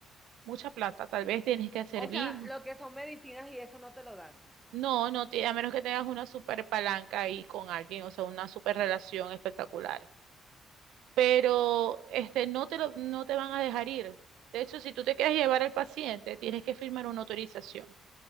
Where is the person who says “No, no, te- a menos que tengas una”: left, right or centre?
Right